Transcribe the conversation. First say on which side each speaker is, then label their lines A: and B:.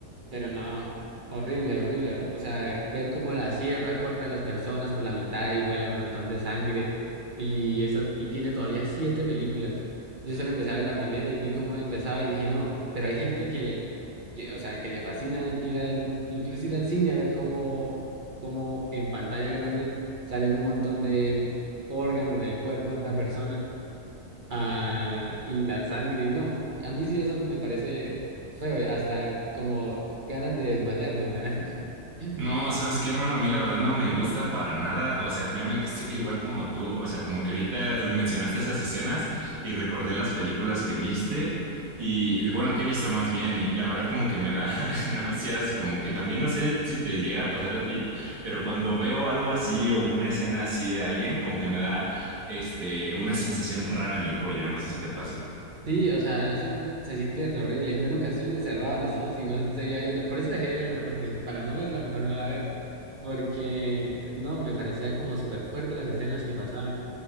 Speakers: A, on the right; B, on the right.
A: Pero no, horrible, horrible. O sea, ver cómo la sierra corta a las personas por la mitad y vuela un montón de sangre. Y esas, y tiene todavía siete películas. Yo solo empecé a ver la primera y vi cómo empezaba y dije, no, pero hay gente que, que, o sea, que le fascina ir al, incluso ir al cine a ver cómo, cómo en pantalla grande salen un montón de órganos del cuerpo de una persona. Ah, y la sangre, y no. A mí sí eso me parece feo, hasta como ganas de desmayarme me dan. <laughs>
B: No, ¿sabes qué, hermano? A mí la verdad no me gusta para nada. O sea, créeme que estoy igual como tú. O sea, como que ahorita eh, mencionaste esas escenas y recordé las películas que viste y y bueno, que he visto más bien y la verdad como que me da <laughs> náuseas, como que también no sé si te llega a pasar a ti, pero cuando veo algo así o una escena así de alguien, como que me da este una sensación rara en el cuello. No sé si te pase.
A: Sí, o sea, eso se siente re horrible. Yo en ocasiones cerraba los ojos y no seguía viendo. Por eso dejé de verla, porque para no verla mejor no la veo. Porque no, me parecía como súper fuerte las escenas que pasaban.